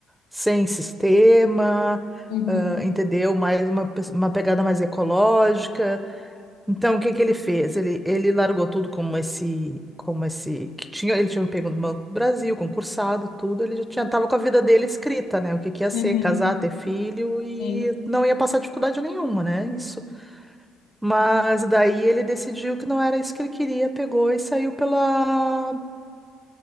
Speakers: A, in the centre; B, on the left.
A: sem sistema,
B: Uhum,
A: ah, entendeu? Mais uma, pes- uma pegada mais ecológica. Então, o que que ele fez? Ele, ele largou tudo como esse, como esse que tinha, ele tinha pego no Banco do Brasil, concursado, tudo. Ele já tinha, tava com a vida dele escrita, né? O que que ia ser,
B: uhum,
A: casar, ter filho e
B: sim.
A: não ia passar dificuldade nenhuma, né? Isso. Mas daí ele decidiu que não era isso que ele queria, pegou e saiu pela